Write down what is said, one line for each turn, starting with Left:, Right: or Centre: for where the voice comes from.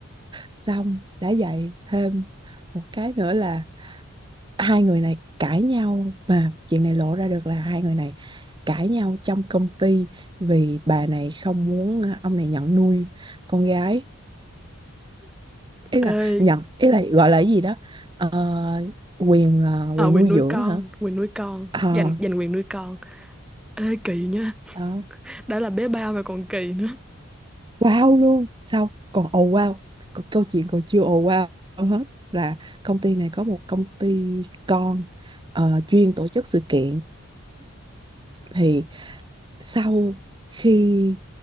Right: xong đã vậy thêm một cái nữa là hai người này cãi nhau mà chuyện này lộ ra được là hai người này cãi nhau trong công ty vì bà này không muốn ờ, ông này nhận nuôi con gái ý là
Centre: ê
Right: nhận ý là gọi là cái gì đó Ờ, quyền ờ,
Centre: Ờ
Right: quyền
Centre: quyền
Right: nuôi
Centre: nuôi
Right: dưỡng
Centre: con,
Right: hả
Centre: quyền nuôi con,
Right: Ờ,
Centre: giành giành quyền nuôi con. Ê kỳ nha,
Right: ờ,
Centre: đã là bé ba mà còn kỳ nữa.
Right: wow luôn xong còn ồ wow còn câu chuyện còn chưa ồ wow hết là công ty này có một công ty con ờ, chuyên tổ chức sự kiện thì sau khi